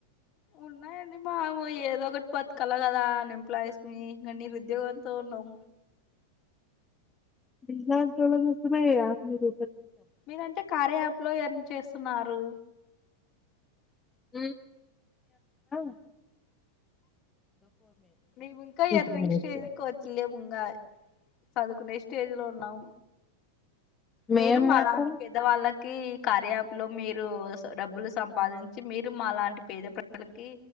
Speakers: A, on the left; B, on the left.
A: ఉన్నాయండి మాము ఏదో ఒకట్ బతుకాల కదా అన్ ఎంప్లాయీస్ ని నిరు ఉద్యోగంతో నం
B: ఇలాంటోల్ల కోసమే ఈ యాప్ మరి
A: మీరంటే కార్య యాప్ లో ఎర్న్ చేస్తున్నారు
B: మ్ <unintelligible>
A: మేమింకా
B: two
A: earnings
B: three minutes
A: stage కోట్లే ఇంగాయ్ సదువుకునే స్టేజ్ లో ఉన్నాం
B: మేం
A: మీరు మాలాంట్
B: మాత్రం
A: పెదవాళ్ళక్ కీ కార్యాప్ లో మీరు డబ్బులు సంపాదించి మీరు మాలాంటి పేద ప్రజలకి